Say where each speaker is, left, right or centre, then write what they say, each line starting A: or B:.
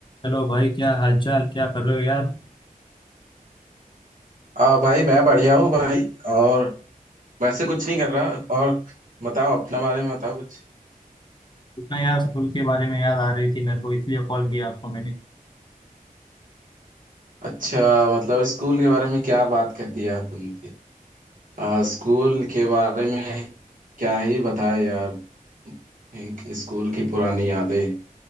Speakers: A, on the left (about 30°); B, on the right (about 65°).
A: हेलो भाई क्या हालचाल क्या कर रहे हो यार
B: आ भाई मैं बढ़िया हूँ भाई और वैसे कुछ नहीं कर रहा और बताओ अपना बारे में बताओ कुछ
A: इतना यार स्कूल के बारे में याद आ रही थी मेरे को इसलिए कॉल किया आपको मैंने
B: अच्छा मतलब स्कूल के बारे में क्या बात कर दी यार तुमने फिर आ, स्कूल के बारे में क्या ही बताए यार एक स्कूल की पुरानी यादें